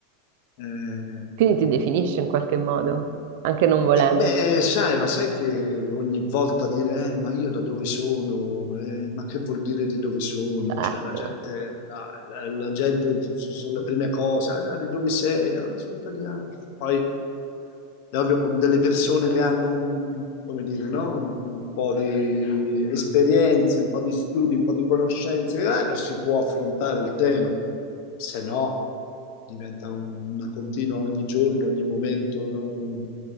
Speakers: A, on the left; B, on the right.
A: Eh,
B: Quindi ti definisci in qualche modo, anche non volendolo.
A: Beh, eh, sai, ma sai che ogni volta dire, "Eh, ma io da dove sono? Eh, ma che vuol dire di dove sono?
B: Certo.
A: Cioè, la gente, no, la, la gente su- su- sulle prime cose, "Ah, no, di dove sei? "No, sono italiano. Poi, è ovvio, con delle persone che hanno, un- un- come dire, no? Un, un po' di esperienze, un po' di studi, un po' di conoscenze, eh, si può affrontare il tema. Se no diventa un- una continua ogni giorno, ogni momento. no?